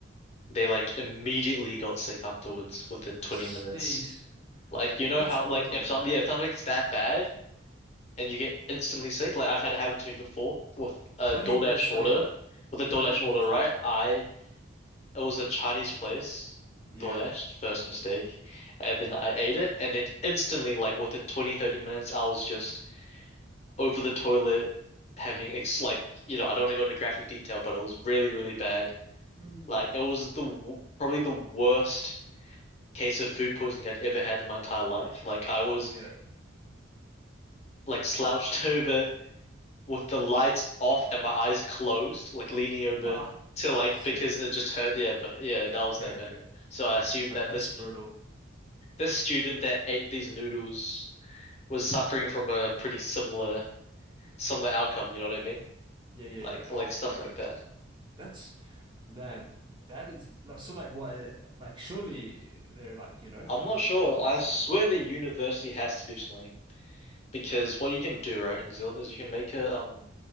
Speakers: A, on the left (about 35°); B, on the right (about 25°).
A: they like immediately got sick afterwards within 20
B: sheesh,
A: minutes. Like you know
B: that's
A: how
B: brutal,
A: like if some
B: bro.
A: yeah, if something's that bad and you get instantly sick, like I've had it happen to me before with a
B: Twenty
A: DoorDash
B: minutes
A: order.
B: later,
A: With a DoorDash
B: twenty minutes
A: order, right?
B: later.
A: I it was a Chinese place,
B: Yeah.
A: DoorDash, first mistake. And then I ate it and then instantly like within 20 30 minutes I was just over the toilet having ex like you know, I don't want to go into graphic detail, but it was really, really bad.
B: Mm.
A: Like it was the w probably the worst case of food poisoning I'd ever had in my entire life. Like I was
B: Yeah. <laughs>
A: like slouched <laughs> over with the lights off and my eyes closed, like leaning over
B: Ah,
A: to like
B: sheesh.
A: because it just hurt. Yeah, but yeah, that was
B: Yeah,
A: that bad.
B: yeah.
A: So I assume
B: That,
A: that
B: that's
A: this
B: brutal.
A: this student that ate these noodles was suffering from a pretty similar similar outcome. You know what I mean?
B: Yeah, yeah,
A: Like
B: yeah. Oh,
A: like stuff
B: bro.
A: like that.
B: That's man, that is like so like why like surely they're like, you know,
A: I'm not
B: in
A: sure.
B: legal
A: I
B: troubles
A: swear
B: now.
A: the university has to do something because what you can do right in New Zealand is you can make a um